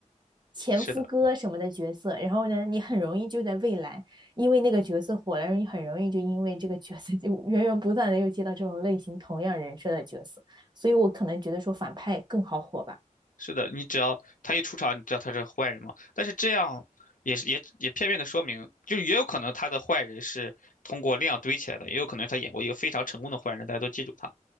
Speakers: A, on the right (about 35°); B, on the left (about 80°).
A: 前夫哥什么的角色，
B: 是的。
A: 然后呢，你很容易就在未来。因为那个角色火了，你很容易就因为这个角色 <laughs> 就源源不断的又接到这种类型同样人设的角色，所以我可能觉得说反派更好火吧。
B: 是的，你只要他一出场，你知道他是坏人吗？但是这样也是也也片面的说明，就也有可能他的坏人是通过量堆起来的，也有可能他演过一个非常成功的坏人，大家都记住他。